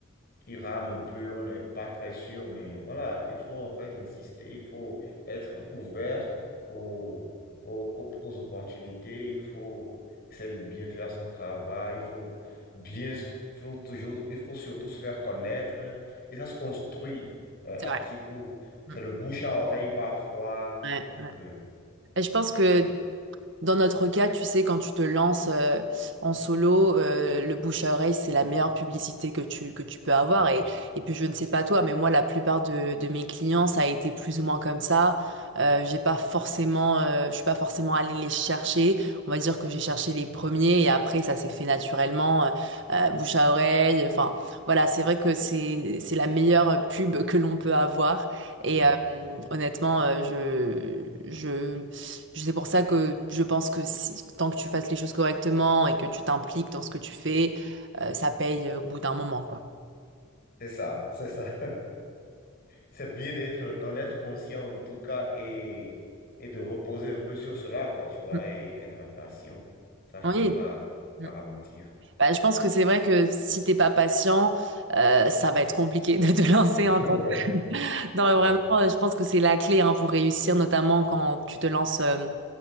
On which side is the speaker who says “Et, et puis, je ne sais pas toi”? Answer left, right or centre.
Right